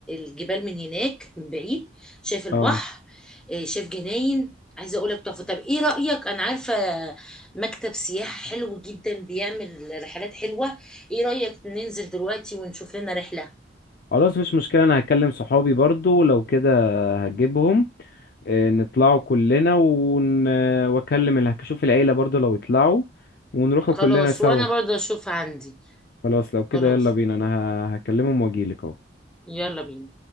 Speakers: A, in the centre; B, on the left.
A: الجبال من هناك من بعيد شايف البحر
B: اه
A: آه، شايف جناين عايزه اقول لك تحفه طب ايه رايك انا عارفه مكتب سياحه حلو جدا بيعمل رحلات حلوه ايه رايك ننزل دلوقتي ونشوف لنا رحله
B: خلاص مش مشكله انا هكلم صحابي برضو لو كده هجيبهم آه، نطلعوا كلنا ون... واكلم اللي هشوف العيله برضو لو يطلعوا ونروحوا
A: خلاص
B: كلنا سوا
A: وانا برضه اشوف عندي
B: خلاص لو كده
A: خلاص
B: يلا بينا انا ه- هكلمهم واجيلك اهو
A: يلا بينا